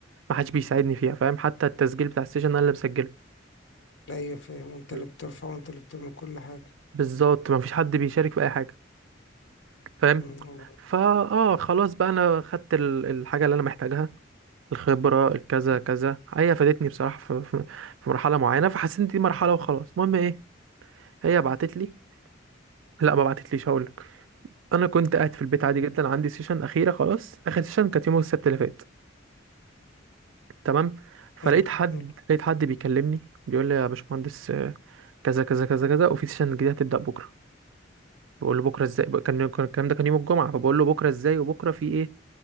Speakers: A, on the right; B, on the left.
A: ما حدش بيساعدني فيها فاهم حتى التسجيل بتاع السيشن انا اللي بسجله
B: ايوه فاهم وانت
A: مم.
B: اللي بترفع وانت اللي بتعمل كل حاجه
A: بالظبط ما فيش حد بيشارك في اي حاجه فاهم
B: مم، الله.
A: فا اه خلاص بقى انا خدت ال- الحاجه اللي انا محتاجها الخبره الكذا
B: مم،
A: كذا هي فادتني بصراحه في, في, في مرحله معينه فحسيت إن دي مرحله وخلاص المهم ايه هي بعتت لي لا ما بعتتليش هقول لك انا كنت قاعد في البيت
B: مم.
A: عادي جدا عندي سيشن اخيره خلاص اخر سيشن كانت يوم السبت اللي فات تمام فلقيت
B: حلو
A: حد
B: حلو
A: لقيت حد بيكلمني بيقول لي يا باشمهندس آه، كذا كذا كذا كذا وفي سيشن جديد هتبدأ بكرة بقول له بكرة ازاي بقى- كان كان- الكلام ده كان يوم الجمعة فبقول له بكرة ازاي وبكرة في ايه